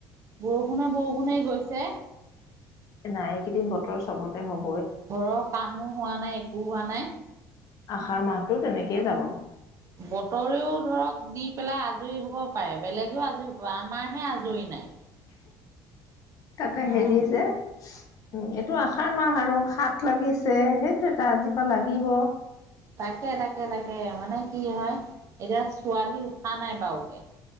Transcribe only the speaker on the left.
নাই এইকেইদিন বতৰ চবতে হ'ব
আহাৰ মাহটো তেনেকেই যাব।
তাতে হেৰি
যে, উ <unintelligible> এইটো আসাৰ মাহ আৰু সাত লাগিছে সেইটো এটা আজি পৰা লাগিব।